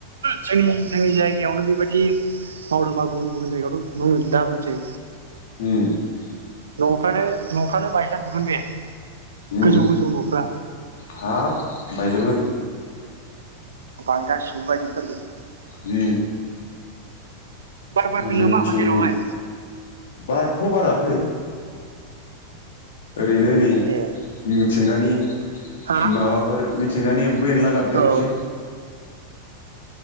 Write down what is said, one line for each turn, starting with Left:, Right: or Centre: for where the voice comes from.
Right: जोंनि जोंनि जायगायावनो बेबायदि मावदोंबा गुबुन गुबुन जायगायावथ दा बुंसै।
Left: ह
Right: नफ्रानो नफ्रानो बायलाजुगोन बे
Left: ओम
Right: गोजौ गोजौ न'फ्रा
Left: हाब बायजोबगोन
Right: बाय गासिबो बाजिथारगोन
Left: उ
Right: बार बारदों
Left: जोंनिथिं
Right: नामा बाहेरायावलाय
Left: बारथ' बाराखै ओरैनो नै
Right: ए
Left: मिथिंगानि
Right: हा
Left: माबाफोर मिथिंगानि। खौ एनला गाबदों
Right: औ
Left: एसे